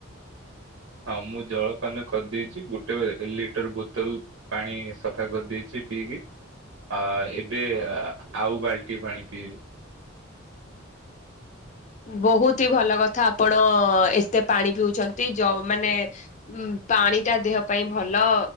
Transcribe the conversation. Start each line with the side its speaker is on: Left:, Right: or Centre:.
Right: ହଁ ମୁଁ ଜଳପାନ କରିଦେଇଛି। ଗୁଟେ ଲିଟର ବୋତଲ ପାଣି ସଫା କରିଦେଇଛି। ପିଇକି ଆ ଏବେ ଆ ଆଉ ବାଲ୍ଟିଏ ପାଣି ପିଇବି।
Left: ବହୁତି ଭଲ କଥା ଆପଣ ଏତେ ପାଣି ପିଉଛନ୍ତି ଯ‌ଉ ମାନେ ଉ ପାଣି ଟା ଦେହ ପାଇଁ ଭଲ।